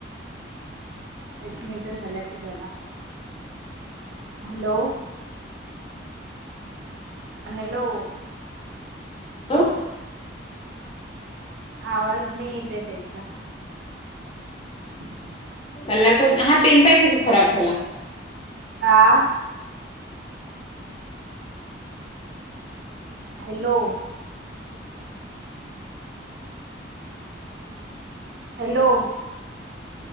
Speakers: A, on the right (about 65°); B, on the left (about 30°).
A: एक मिनट झाला की झाला. हॅलो हॅलो
B: तो
A: आवाज नाही येते त्याचा. <inaudible>
B: कला करून, हा पेन पाहि कधी खराब झाला.
A: आ हॅलो. हॅलो